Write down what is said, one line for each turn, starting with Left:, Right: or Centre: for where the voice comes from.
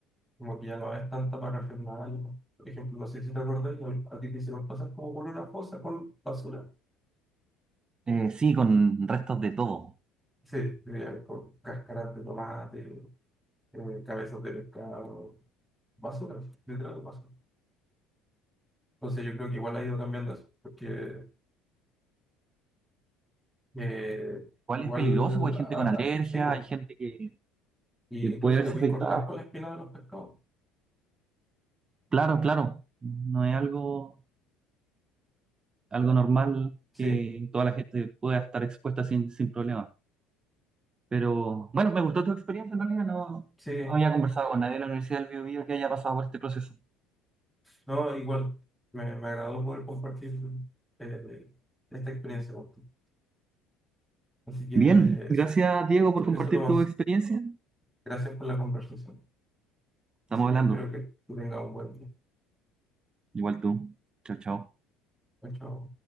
Centre: como que ya no es tanta parafernalia. Por ejemplo, no sé si te acordás, a ti te hicieron pasar como por una fosa con basura.
Right: Eh, sí, con restos de todo.
Centre: Sí, eh, con cáscaras de tomate, eh, cabezas de pescado, basura, literal basura. Entonces yo creo que igual ha ido cambiando eso, porque eh,
Right: ¿Cuál
Centre: igual,
Right: es peligroso? Porque hay gente
Centre: ah,
Right: con alergia,
Centre: ah, sí, po,
Right: hay gente que,
Centre: y
Right: que puede
Centre: incluso
Right: verse
Centre: te puedes
Right: afectada.
Centre: cortar con la espina de los pescados.
Right: Claro, claro, no es algo algo normal
Centre: Sí,
Right: que toda la gente pueda estar expuesta sin, sin problema. Pero bueno, me gustó tu experiencia en realidad, no,
Centre: sí,
Right: no había conversado con nadie de la Universidad del Bío Bío que haya pasado por este proceso.
Centre: No, igual, me, me agradó poder compartir eh, esta experiencia contigo. Así que
Right: Bien, gracias
Centre: es-
Right: Diego por compartir
Centre: eso, Tomás.
Right: tu experiencia.
Centre: Gracias por la conversación.
Right: Estamos
Centre: Así
Right: hablando.
Centre: que espero que tú tengas un buen día.
Right: Igual tú. Chao, chao.
Centre: Chao. chao.